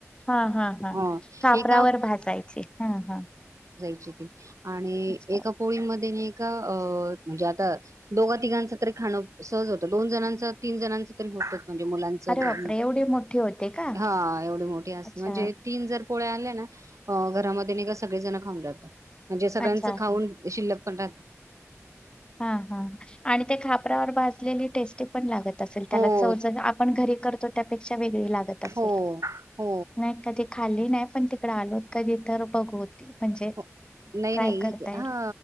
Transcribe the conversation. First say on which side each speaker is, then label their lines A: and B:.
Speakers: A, on the left; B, on the right.
A: हा हा हा
B: ह
A: कापरावर
B: एका
A: भासायची हा हा.
B: <unintelligible> आणि
A: अच्छा
B: एका पोळीमध्ये न एक का म्हणजे आता दोघ तिघांच तरी खाणं सहज होतं दोन जणांचा तीन जणांच तरी होतच. म्हणजे मुलांचं
A: अरे
B: जन्म.
A: बापरे एवढी मोठी होते का
B: हा एवढ मोठी असते
A: अच्छा
B: म्हणज तीन जण पोळ्या आल्याना, अ घरामध्ये निघा सगळे जण खाऊन जातात. म्हणजे सगळ्यांचं
A: अच्छा
B: खाऊन शिल्लक कोात
A: हा हा आणि ते खापवर भालेली टेस्टी पण लागत असे त्या
B: हो
A: च आपण घरी करतो त्यापेक्षा व लात अस
B: हो
A: नाही
B: हो
A: क खाली नाही पण तिकड आलोत कधी तर बघू म्हणजे
B: हो नाही
A: ट्राय
B: नाही
A: करता येईल
B: हा